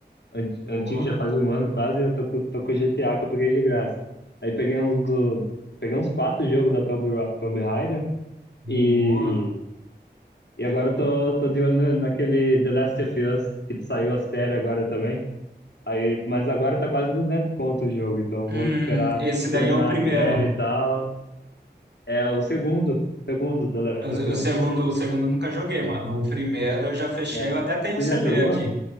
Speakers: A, on the left; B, on the right.
A: an-
B: Boa,
A: antigo, já faz um ano quase, e eu tô, com- tô com o GTA que eu peguei de graça. Aí peguei uns do. Peguei uns quatro jogos da Tomb, Ra- Tomb Raider.
B: boa.
A: E, e agora eu tô, tô de olho na- naquele The Last of Us, que saiu a série agora também. Aí, mas agora tá quase 200 conto o jogo, então eu
B: Hum,
A: vou esperar
B: esse daí
A: terminar
B: é o primeiro.
A: a série e tal. É o segundo, segundo The Last
B: O,
A: of Us.
B: o segundo, o segundo eu nunca joguei, mano. O primeiro eu já fechei,
A: É.
B: eu até tenho
A: Você
B: o CD
A: já jogou?
B: aqui.